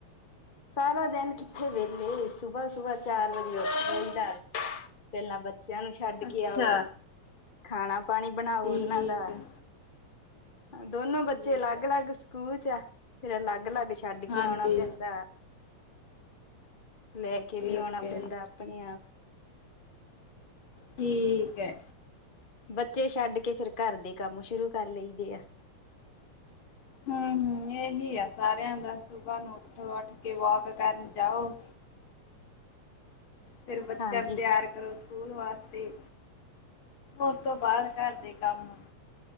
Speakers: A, on the left; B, on the left.
A: ਸਾਰਾ ਦਿਨ ਕਿੱਥੇ ਵੇਲੇ ਸੁਬਾ-ਸੁਬਾ ਚਾਰ ਵਜੇ ਉੱਠ ਜਾਈਦਾ। ਪਹਿਲਾ ਬੱਚਿਆਂ ਨੂੰ ਛੱਡ
B: ਅੱਛਾ
A: ਕੇ ਆਓ, ਖਾਣਾ-ਪਾਣੀ ਬਣਾਓ
B: ਠੀਕ
A: ਉਹਨਾਂ ਦਾ।
B: ਹੈ
A: ਦੋਨੋ
B: ਠੀਕ
A: ਬੱਚੇ ਅਲੱਗ-ਅਲੱਗ
B: ਹੈ
A: ਸਕੂਲ 'ਚ ਆ, ਫੇਰ ਅਲੱਗ-ਅਲੱਗ ਛੱਡ
B: ਹਾਂਜੀ
A: ਕੇ ਆਣਾ ਪੈਂਦਾ। ਲੈ
B: ਓਕੇ
A: ਕੇ ਵੀ ਆਉਣਾ
B: ਓਕੇ
A: ਪੈਂਦਾ ਅਪਣੇ-ਆਪ।
B: ਠੀਕ ਐ।
A: ਬੱਚੇ ਛੱਡ ਕੇ ਫੇਰ ਘਰ ਦੇ ਕੰਮ ਸ਼ੁਰੂ ਕਰ ਲਈਦੇ ਆ।
B: ਹੂੰ-ਹੂੰ, ਏਹੀ ਆ ਸਾਰਿਆ ਦਾ ਸੁਬਾ ਨੂੰ ਉਠੋ ਉੱਠ ਕੇ ਵੋਕ ਕਰਨ ਜਾਓ ਫਿਰ ਬੱਚਿਆਂ
A: ਹਾਂਜੀ
B: ਨੂੰ ਤਿਅਰ ਕਰੋ ਸਕੂਲ ਵਾਸਤੇ। ਉਸ ਤੋ ਬਾਅਦ ਘਰ ਦੇ ਕੰਮ